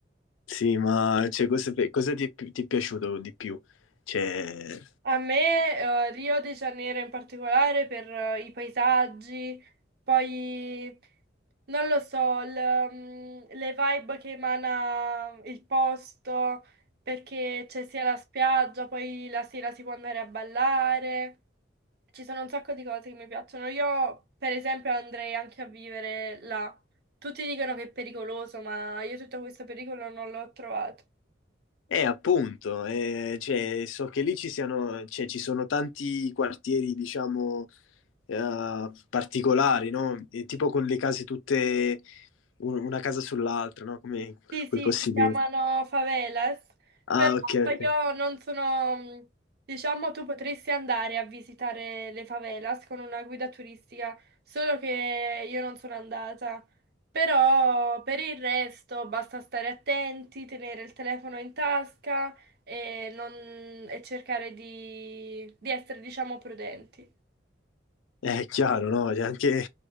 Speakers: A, on the left; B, on the right.
A: Sì, ma cioè, cosa, cosa ti è, pi- ti è piaciuto di più? Cioè,
B: A me, eh, Rio de Janeiro in particolare per eh, i paesaggi, poi non lo so, il, mm, le vibe che emana il posto, perché c'è sia la spiaggia, poi la sera si può andare a ballare. Ci sono un sacco di cose che mi piacciono. Io, per esempio, andrei anche a vivere là. Tutti dicono che è pericoloso, ma io tutto questo pericolo non l'ho trovato.
A: eh, appunto, eh, cioè, so che lì ci siano, cioè, ci sono tanti quartieri, diciamo, eh, particolari, no? E tipo con le case tutte, un- una casa sull'altra, no? Come
B: Sì, sì,
A: quei posti
B: si chiamano
A: lì.
B: favelas,
A: Ah,
B: però
A: ok, ok.
B: io non sono, mhmm, diciamo, tu potresti andare a visitare le favelas con una guida turistica, solo che io non sono andata. Però per il resto basta stare attenti, tenere il telefono in tasca e, non- e cercare di, di essere, diciamo, prudenti.
A: È chiaro, no? Cioè, anche